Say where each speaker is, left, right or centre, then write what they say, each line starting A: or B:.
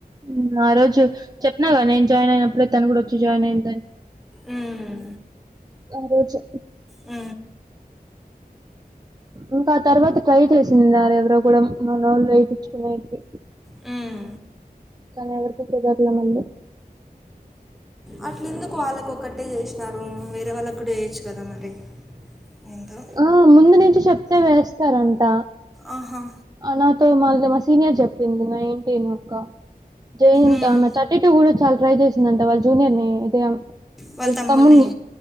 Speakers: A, on the right; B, in the centre.
A: మ్ ఆ రోజు చెప్పిన కదా నేను జాయిన్ అయినప్పుడే తను కూడా వచ్చి జాయిన్ అయిిందని
B: మ్మ్.
A: అ రోజు
B: మ్
A: ఇంకా ఆ తర్వాత ట్రై చేసిందా ఎవరో కూడా మనోళ్ళు ఎపించుకునేకి
B: మ్
A: కానీ ఎవరికి తుగట్లే మళ్ళీ
B: అట్ల ఎందుకు వాళ్ళకు ఒకటే చేసినారు వేరే వాళ్ళకి కూడా చేయొచ్చు కదా మరి ఏందో
A: ఆ ముందు నుంచి చెప్తే వేస్తారంట
B: ఆహా
A: నాతో మల్ల మా సీనియర్ చెప్పింది మాఇంటినొక్క జెయింట్
B: ఉమ్,
A: ఆమె థర్టీ టూ కూడా చాలా ట్రై చేసిందంట వాళ్ళ జూనియర్ ని అయితే
B: వాళ్ళ
A: వల్
B: తమ్ముడిని
A: తమ్మున్ని